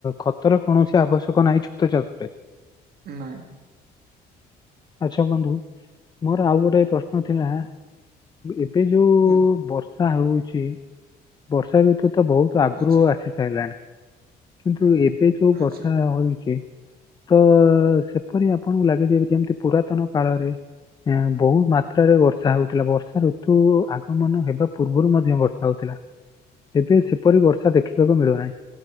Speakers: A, on the left; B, on the right.
A: ଖତର କୌଣସି ଆବଶ୍ୟକ ନାହିଁ ଛତୁ ଚାଷରେ।
B: ନହିଁ।
A: ଆଚ୍ଛା, ବନ୍ଧୁ ମୋର ଆଉ ଗୋଟେ ପ୍ରଶ୍ନ ଥିଲା, ଏବେ ଯୋଉ
B: କୁହନ୍ତୁ
A: ବଷ ଷା ହଉଛି, ବର୍ଷା ଋତୁ ତ ବହୁତ ଆଗରୁ
B: ଆଚ୍ଛା
A: ଆସି ସାଇଲାଣି। କିନ୍ତୁ ଏବେ ଯୋଉ
B: ଆଚ୍ଛା
A: ବର୍ଷା ହୋଇଛି। ତ ସେପରି ଆପଣଙ୍କୁ ଲାଗେଯେ, ଯେମିତି ପୁରାତନ କାଳରେ ଏଁ ବହୁତ ମାତ୍ରାରେ ବର୍ଷା ହଉଥିଲା, ବର୍ଷା ଋତୁ ଆଗମନ ହେବା ପୂର୍ବରୁ ମଧ୍ୟ ବର୍ଷ ହଉଥିଲା, ଏବେ ସେପରି ବର୍ଷା ଦେଖିବାକୁ ମିଳୁନାହିଁ।